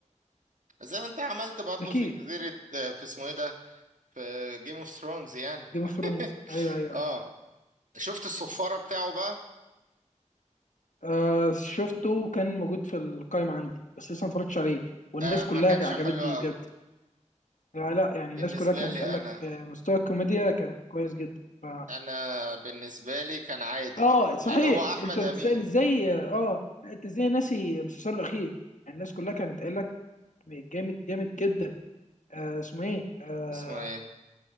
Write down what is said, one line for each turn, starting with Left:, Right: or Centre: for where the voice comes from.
Right: زي ما انت عملت برضو
Left: اكيد
Right: في جزيرة في اسمه ايه ده في جيم اوف ثرونز يعني
Left: جيم
Right: <laughs>
Left: اوف ثرونز ايوه ايوه
Right: اه
Left: ايوه
Right: شفت الصفارة بتاعه بقى
Left: آه شفته وكان موجود في القائمه عندي بس لسه ما اتفرجتش عليه والناس
Right: آه ما
Left: كلها
Right: كانش
Left: عجبت
Right: حلو
Left: بيه
Right: قوي
Left: بجد لا لا يعني
Right: بالنسبة
Left: الناس كلها كانت
Right: لي
Left: قال لك
Right: انا
Left: آه، مستوى الكوميديا كان كويس جدا ف...
Right: انا بالنسبة لي كان عادي
Left: اه صحيح
Right: يعني هو احمد
Left: انت بتسأل
Right: امين
Left: ازاي اه آه، لا، انت ازاي ناسي المسلسل الاخير يعني الناس كلها كانت قال لك جامد جامد جدا آه اسمه ايه آه
Right: اسمه ايه